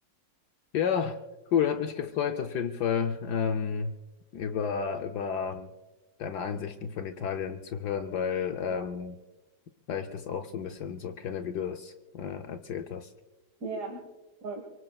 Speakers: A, on the left; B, on the right.
A: Ja, cool, hat mich gefreut auf jeden Fall, ähm, über, über deine Einsichten von Italien zu hören, weil, ähm,
B: Ja,
A: weil ich das auch so ein bisschen so kenne, wie du das, äh, erzählt hast.
B: ja, voll.